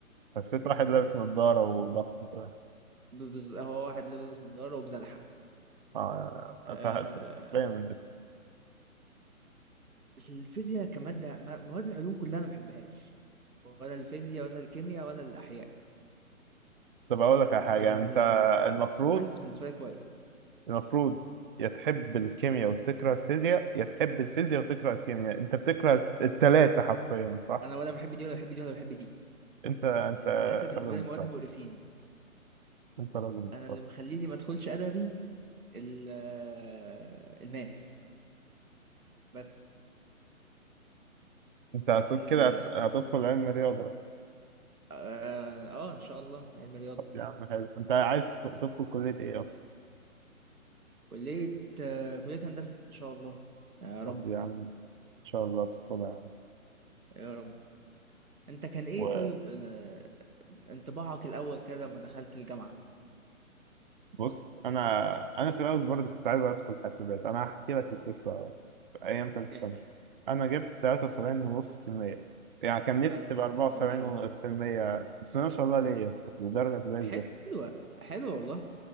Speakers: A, on the right (about 40°); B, on the right (about 85°).
A: حسيت
B: لكن-
A: واحد لابس نظارة وضغط كده
B: بز- هو واحد لابس نضاره وبزلحه
A: اه
B: آه،
A: أتهت باين من الاسم
B: الفيزياء كمادة ما- مواد العلوم كلها أنا ما بحبهاش ولا الفيزياء ولا الكيمياء ولا الأحياء
A: طب أقول لك على
B: لكن
A: حاجة أنت
B: ال-
A: المفروض
B: الماس بالنسبة لي كويس
A: المفروض يا تحب الكيمياء وتكره الفيزياء يا تحب الفيزياء وتكره الكيمياء انت بتكره التلاتة حرفيا صح
B: أنا ولا بحب دي ولا بحب دي ولا بحب دي
A: انت انت
B: التلاتة بالنسبة
A: راجل
B: لي
A: محترم
B: مواد مقرفين
A: انت راجل محترم
B: أنا اللي مخليني ما أدخلش أدبي ال- آه، الماس بس
A: انت هت-
B: لكن
A: كده
B: آه
A: هت- هتدخل علم رياضة بقى
B: آه، آه، إن شاء الله علم رياضة
A: طب يا عم حلو انت عايز تدخل كلية ايه اصلا
B: كلية آه، كلية هندسة إن شاء الله يا رب
A: طب يا عم ان شاء الله تدخلها يا
B: يا رب أنت كان إيه
A: عم
B: طيب آه، انطباعك الأول كده لما دخلت الجامعة
A: بص انا انا في الاول برضه كنت عايز ادخل حاسبات انا هحكي لك القصه في ايام تالتة سنه
B: احكي
A: انا جبت 73.5% يعني كان نفسي
B: اه
A: تبقى 74%
B: بسم الله ما شاء الله
A: بس ما شاء الله ليه يا اسطى دي درجه زي الزفت
B: حلوة حلوة والله